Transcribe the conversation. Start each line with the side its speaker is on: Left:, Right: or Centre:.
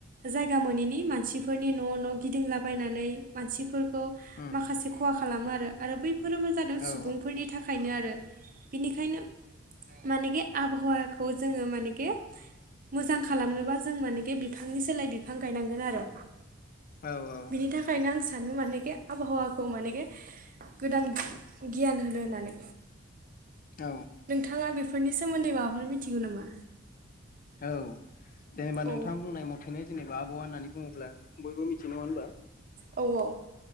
Right: जायगा मोनैनि मानसिफोरनि न' न' गिदिंलाबायनानै मानसिफोर खौ
Left: उम
Right: माखासे खहा खालामो आरो आरो बैफोरो मा जादों
Left: औ
Right: सुबुंफोरनि थाखायनो आरो। बिनिखायनो मानेखे आबहावाखौ जोङो मानेके मोजां खालामनोबा जों मानेके बिफांनि सोलाय बिफां गायनांगोन आरो।
Left: औ
Right: बिनि थाखायनो आं सानो मानेके आबहावाखौ मानेके गोदान गियान होनो होननानै
Left: औ
Right: नोंथाङा बेफोर नि सोमोन्दै माबाफोर मिथिगौ नामा?
Left: औ जेनेबा नोंथां
Right: औ
Left: बुंनाय मथेनो जेनेबा औवा होननानै बुङोब्ला बयबो मिथियो नङा होनबा।
Right: औ औ।